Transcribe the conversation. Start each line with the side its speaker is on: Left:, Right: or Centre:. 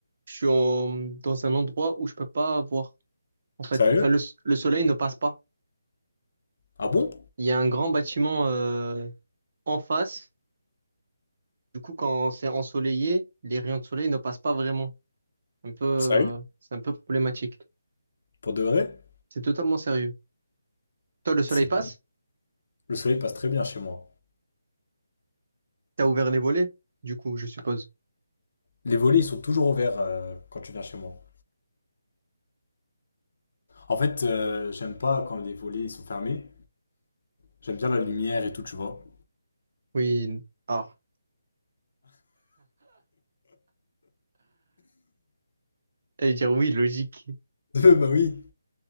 Right: je suis en- dans un endroit où je peux pas voir. En fait,
Left: sérieux?
Right: enfin, le, le soleil ne passe pas.
Left: Ah bon?
Right: Il y a un grand bâtiment euh, en face. Du coup, quand c'est ensoleillé, les rayons de soleil ne passent pas vraiment. Un peu, euh,
Left: Sérieux?
Right: c'est un peu problématique.
Left: Pour de vrai?
Right: C'est totalement sérieux. Toi, le soleil
Left: C'est
Right: passe?
Left: Le soleil passe très bien chez moi.
Right: T'as ouvert les volets? Du coup, je suppose.
Left: Les volets, ils sont toujours ouverts euh, quand tu viens chez moi. En fait, euh, j'aime pas quand les volets ils sont fermés. J'aime bien la lumière et tout, tu vois.
Right: Oui. Ah. J'allais dire oui, logique.
Left: <laughs> Bah oui.